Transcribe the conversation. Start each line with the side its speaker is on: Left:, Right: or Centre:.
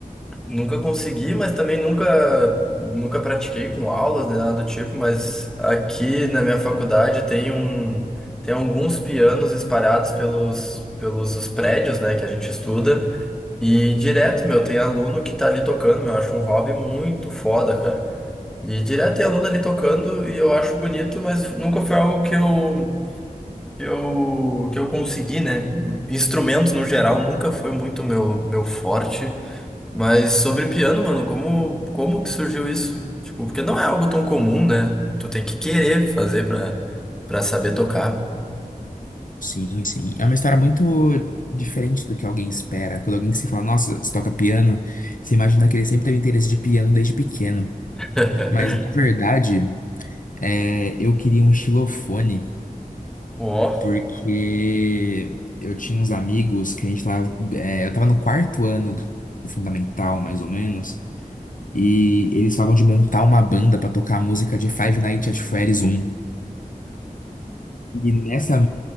Centre: Nunca consegui, mas também nunca, nunca pratiquei com aulas nem nada do tipo, mas aqui na minha faculdade tem um, tem alguns pianos espalhados pelos, pelos os prédios, né, que a gente estuda, e direto, meu, tem aluno que tá ali tocando, meu, eu acho um hobby muito foda, cara. E direto tem aluno ali tocando e eu acho bonito, mas nunca foi algo que eu, que eu, que eu consegui, né? Instrumento no geral nunca foi muito meu, meu forte. Mas sobre piano, mano, como, como que surgiu isso? Tipo, porque não é algo tão comum, né? Tu tem que querer fazer pra, pra saber tocar.
Left: Sim, sim. É uma história muito diferente do que alguém espera. Quando alguém se fala, nossa, você toca piano, você imagina que ele sempre teve interesse de piano desde pequeno.
Centre: <laughs>
Left: Mas, na verdade, é, eu queria um xilofone.
Centre: Ó.
Left: Porque eu tinha uns amigos que a gente tava. é, eu tava no quarto ano do do fundamental, mais ou menos. E eles falavam de montar uma banda pra tocar a música de Five Nights at Freddy's um E nessa,